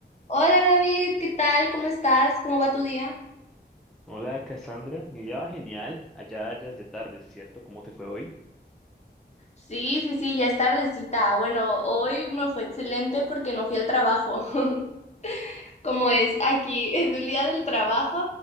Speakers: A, on the left; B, in the centre.
A: Hola David, ¿qué tal? ¿Cómo estás? ¿Cómo va tu día?
B: Hola Cassandra, mi día va genial, allá ya es de tarde, ¿cierto? ¿Cómo te fue hoy?
A: Sí, sí, sí, ya es tardecita. Bueno, hoy me fue excelente porque no fui al trabajo. <laughs> Como es aquí, <laughs> es el día del trabajo,